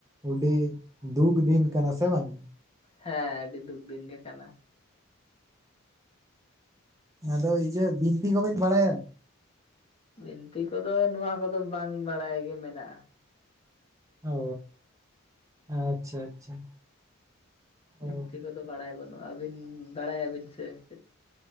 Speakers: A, on the right (about 15°); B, on the left (about 30°).
A: ᱟᱹᱰᱤ ᱫᱩᱠᱷ ᱫᱤᱱ ᱠᱟᱱᱟ ᱥᱮ ᱵᱟᱝ?
B: ᱦᱮᱸ ᱟᱹᱰᱤ ᱫᱩᱠᱷ ᱫᱤᱱ ᱜᱮ ᱠᱟᱱᱟ᱾
A: ᱟᱫᱚ ᱤᱭᱟᱹ ᱵᱤᱱᱛᱤ ᱠᱚᱵᱮᱧ ᱵᱟᱲᱟᱭᱟ?
B: ᱵᱤᱱᱛᱤ ᱠᱚᱫᱚ ᱱᱚᱣᱟ ᱠᱚᱫᱚ ᱵᱟᱝ ᱵᱟᱲᱟᱭ ᱜᱮ ᱢᱮᱱᱟᱜᱼᱟ
A: ᱚᱻ ᱟᱪᱪᱷᱟ ᱟᱪᱪᱷᱟ᱾
B: ᱵᱤᱱᱛᱤ
A: ᱚ
B: ᱠᱚᱫᱚ ᱵᱟᱲᱟᱭ ᱵᱟᱹᱱᱩᱜᱼᱟ ᱟᱹᱵᱤᱱ ᱵᱟᱲᱟ ᱭᱟᱵᱤᱱ ᱥᱮ ᱪᱮᱫ?